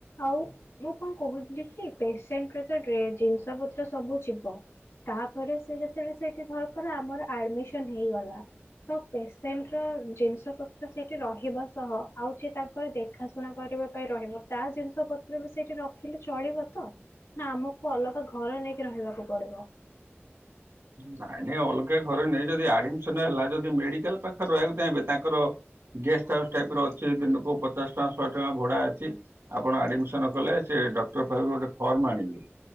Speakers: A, on the left; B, on the right.
A: ଆଉ ମୁଁ କଣ କହୁଥିଲିକି ପେସେଣ୍ଟରେ ତ ଡ଼େ ଜିନିଷ ପତ୍ର ସବୁ ଯିବ। ତାପରେ ସେ ଯେତେବେଳେ ସେଠି ଧରକର ଆମର ଆଡ଼ମିଶନ୍ ହେଇଗଲା ପେସେଣ୍ଟର ଜିନିଷ ପତ୍ର ସେଠି ରହିବା ସହ ଆଉ ଯିଏତାଙ୍କ ଦେଖାଶୁଣା କରିବା ପାଇଁ ରହିବ ତା ଜିନିଷ ପତ୍ର ବି ସେଇଠି ରଖିଲେ ଚଳିବ ତ? ନା ଆମକୁ ଅଲଗା ଘର ନେଇକି ରହିବାକୁ ପଡିବ।
B: ନାଇଁ ନାଇଁ ଅଲଗା ଘରେ ନାଇ ଯଦି ଆଡମିସନ ହେଲା ଯଦି ମେଡିକାଲ ପାଖରେ ରହିବାକୁ ଚାହିଁବେ ତାଙ୍କର ଗେଷ୍ଟ ହାଉସ୍ ଟାଇପ ର ଅଛି ଦିନକୁ ପଚାଶ ଟଙ୍କା ଶହେ ଟଙ୍କା ଭଡା ଅଛି। ଆପଣ ଆଡିମିସନ କଲେ ସେ ଡକ୍ଟର ପାଖରୁ ଗୋଟେ ଫର୍ମ ଆଣିବେ।